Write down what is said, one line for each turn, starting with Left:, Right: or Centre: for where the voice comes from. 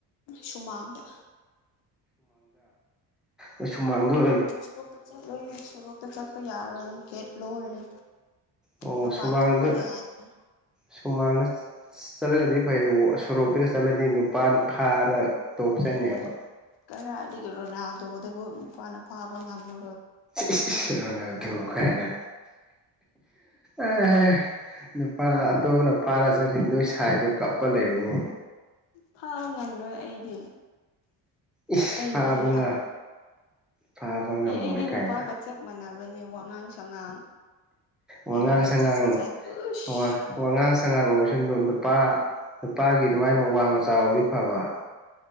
Left: ꯁꯨꯃꯥꯡꯗ
Centre: ꯃꯁꯨꯨꯝꯃꯥꯡꯗ
Left: ꯁꯣꯔꯣꯛꯇ ꯆꯠꯂꯣꯏꯌꯦ ꯁꯣꯔꯣꯛꯇ ꯆꯠꯄ ꯌꯥꯔꯔꯣꯏ ꯒꯦꯠ ꯂꯣꯜꯂꯦ
Centre: ꯑꯣ
Left: ꯃꯄꯥꯟ
Centre: ꯁꯨꯃꯥꯡꯗ
Left: ꯊꯣꯛꯄ ꯌꯥꯗ꯭ꯔꯦ
Centre: ꯁꯨꯃꯥꯡꯗ ꯆꯠꯂꯒꯗꯤ ꯐꯩ ꯁꯣꯔꯣꯛꯇꯒ ꯆꯠꯂꯗꯤ ꯅꯨꯄꯥꯅ ꯐꯥꯔ ꯇꯣꯛꯆꯅꯦꯕ
Left: ꯎ ꯀꯔꯥꯏꯗꯒꯤ ꯔꯣꯅꯥꯜꯗꯣꯗꯕꯨ ꯅꯨꯄꯥꯅ ꯐꯥꯕ ꯉꯝꯃ
Centre: ꯏꯁ ꯏꯁ ꯔꯣꯅꯥꯜꯗꯣ ꯀꯥꯏꯅ ꯑ ꯅꯨꯄꯥ ꯑꯇꯣꯞꯄꯅ ꯐꯥꯔ ꯆꯠꯈꯤ ꯅꯣꯏ ꯁꯥꯏꯗꯣ ꯀꯞꯄ ꯂꯩꯔꯅꯤ
Left: ꯐꯥꯕ ꯉꯝꯔꯣꯏ ꯑꯩꯗꯤ
Centre: ꯏꯁ
Left: ꯑꯩꯕꯨꯗꯤ
Centre: ꯐꯥꯕ
Left: ꯍꯥꯏꯕ
Centre: ꯐꯥꯕ ꯉꯝꯃꯣꯏ
Left: ꯑꯦ ꯑꯩꯗꯤ ꯅꯨꯄꯥꯒ
Centre: ꯀꯥꯏꯅ
Left: ꯆꯞ ꯃꯥꯟꯅꯕꯅꯦ ꯋꯥꯉꯥꯡ ꯁꯉꯥꯡ ꯑꯩꯒꯤ
Centre: ꯋꯥꯉꯥꯡ
Left: ꯂꯝꯆꯠ
Centre: ꯁꯉꯥꯡ
Left: ꯁꯥꯖꯠ ꯎꯁ
Centre: ꯋꯥ ꯋꯥꯉꯥꯡ ꯁꯉꯥꯡ ꯑꯣꯏꯔꯁꯨ ꯅꯨꯄꯥ ꯅꯨꯄꯥꯒꯤ ꯑꯗꯨꯃꯥꯏꯅ ꯋꯥꯡ ꯆꯥꯎꯔꯗꯤ ꯐꯕ